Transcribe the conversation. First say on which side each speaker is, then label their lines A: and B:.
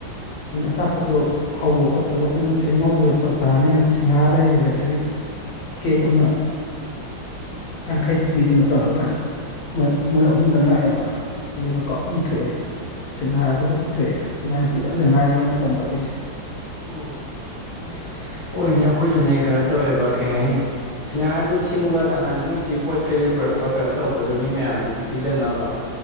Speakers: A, on the left; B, on the left.
A: ꯑꯗ ꯑꯆꯥꯄꯣꯠꯇꯣ ꯍꯧꯕ ꯈꯣꯠꯄꯗꯣ ꯑꯩꯈꯣꯏꯅ ꯅꯨꯡ ꯁꯦꯡ ꯉꯧꯕꯗꯣ ꯐꯛ ꯇꯥꯔꯅꯤꯅ ꯁꯤꯡꯒꯥꯥꯔ ꯂꯩꯔꯨꯔꯦ ꯑꯗꯒꯤ ꯀꯦꯛ ꯑꯃ ꯌꯥꯡꯈꯩ ꯄꯤꯕꯤꯗꯨꯃ ꯇꯧꯔꯒ ꯃꯣꯏ ꯃꯣꯏ ꯑꯍꯨꯝꯗꯪ ꯂꯥꯛꯑꯦꯕ ꯃꯀꯥ ꯑꯍꯨꯝ ꯊꯣꯛꯑꯦ
B: ꯎꯝ
A: ꯁꯤ ꯉꯥ ꯑꯗꯨꯒꯒ ꯄꯨꯊꯣꯛꯑꯦ ꯑꯗꯨꯃꯥꯏꯅ ꯄꯤꯔꯛꯑꯗꯥꯏꯔꯤ ꯅꯪꯅ ꯐꯣꯟ ꯇꯧꯔꯛꯏꯁꯦ
B: ꯎ
A: ꯑꯁ
B: ꯍꯣꯏꯅꯦ ꯑꯩꯈꯣꯏꯁꯨꯅꯦ ꯀꯩꯅꯣ ꯇꯧꯋꯦꯕ ꯀꯩ ꯍꯥꯏꯅꯤ ꯁꯤꯡꯍꯥꯔꯗꯨ ꯁꯤꯡꯕ ꯅꯍꯥꯟ ꯃꯣꯏꯁꯤ ꯄꯣꯠ ꯀꯩꯀꯩ ꯄꯨꯔꯛꯄ ꯀꯩꯅꯣ ꯇꯧꯕꯗꯣ ꯃꯤ ꯃꯌꯥꯝꯗꯨꯒꯤ ꯄꯤꯖꯅꯕ